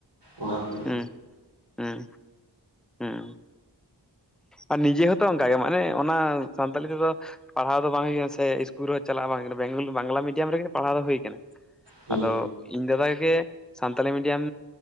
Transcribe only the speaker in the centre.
ᱦᱩᱸ ᱦᱩᱸ ᱦᱩᱸ ᱟᱨ ᱱᱤᱡᱮ ᱦᱚᱸ ᱛᱚ ᱚᱱᱠᱟᱜᱮ ᱢᱟᱱᱮ ᱚᱱᱟ ᱥᱟᱱᱛᱟᱞᱤ ᱛᱮᱫᱚ ᱯᱟᱲᱦᱟᱣ ᱫᱚ ᱵᱟᱝ ᱦᱩᱭᱩᱜᱼᱟ ᱥᱮ ᱤᱥᱠᱩᱞ ᱨᱮᱦᱚᱸ ᱪᱟᱞᱟᱜ ᱵᱟᱝ ᱦᱩᱭ ᱟᱠᱟᱱᱟ ᱵᱮᱝᱞᱩ ᱵᱟᱝᱞᱟ ᱢᱤᱰᱤᱭᱟᱢ ᱨᱮᱜᱮ ᱯᱟᱲᱦᱟᱣ ᱫᱚ ᱦᱩᱭ ᱟᱠᱟᱱᱟ
ᱟᱫᱚ ᱤᱧ ᱫᱟᱫᱟ ᱞᱟᱹᱭᱟᱭ ᱥᱟᱱᱛᱟᱞᱤ ᱢᱤᱰᱤᱭᱟᱢᱻ